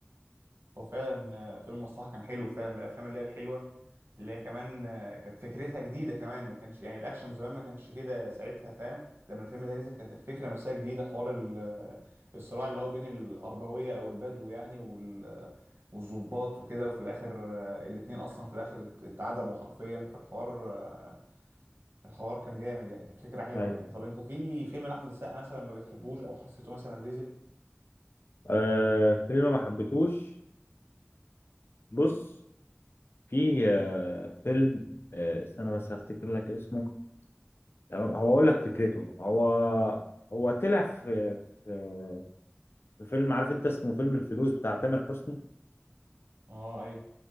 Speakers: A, on the right (about 70°); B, on the left (about 65°).
A: هو فعلا آه، فيلم المصلحة كان حلو فعلا من الأفلام اللي هي الحلوة اللي هي كمان آه، كانت فكرتها جديدة كمان ما كانش يعني الأكشن زمان ما كانش كده ساعتها فاهم لما الفيلم ده نزل كانت الفكرة نفسها جديدة حوار ال- آه، الصراع اللي هو بين العربوية أو البدو يعني وال آه، والضباط وكده وفي الآخر آه، الاتنين أصلا في الآخر ات- اتعدموا حرفيا فالحوار آه، الحوار كان جامد يعني كانت فكرة حلوة
B: ايوه
A: يعني طب أنت في فيلم لأحمد السقا مثلا ما بتحبوش أو حسيته مثلا ريزل؟
B: آه فيلم ما حبيتهوش بص في آه، فيلم آه، استنى بس هفتكر لك اسمه تمام هو اقول لك فكرته هو هو طلع في في في فيلم عارف انت اسمه فيلم الفلوس بتاع تامر حسني
A: اه ايوه